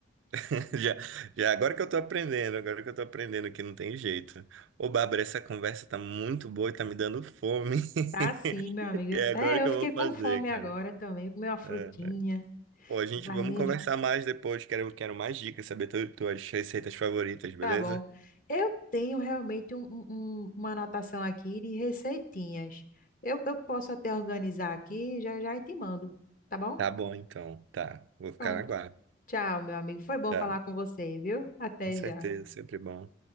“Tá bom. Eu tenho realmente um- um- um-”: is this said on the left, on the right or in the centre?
Left